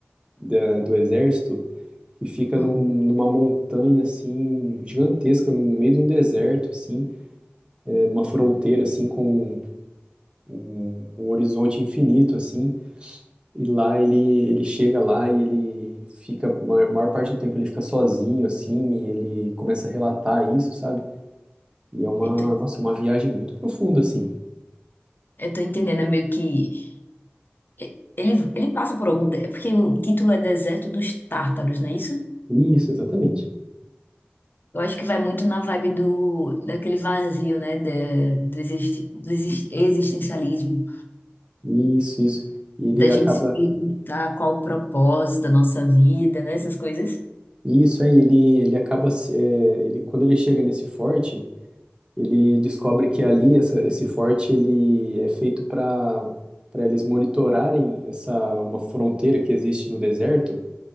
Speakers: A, on the right; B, on the left.
A: da- do exército que fica
B: Hum.
A: num- numa montanha assim gigantesca no meio de um deserto assim, é, numa fronteira assim com um, um horizonte infinito, assim. E lá ele, ele chega lá e ele fica, a maior, maior parte do tempo ele fica sozinho, assim, e ele começa a relatar isso, sabe? E é uma,
B: Eu tô,
A: nossa, uma viagem muito profunda, assim.
B: eu tô entendendo, é meio que... e- Ele, ele passa por algum... de- É porque o título é Deserto dos Tártaros, não é isso?
A: Isso, exatamente.
B: Eu acho que vai muito na vibe do, daquele vazio, né? da- do, existi- do exis- existencialismo.
A: Isso, isso. E ele
B: Da gente
A: acaba,
B: se perguntar qual o propósito da nossa vida, né? Essas coisas.
A: isso aí, ele, ele acaba, se- é, ele, quando ele chega nesse forte, ele descobre que ali, essa, esse forte, ele é feito para para eles monitorarem essa, uma fronteira que existe no deserto,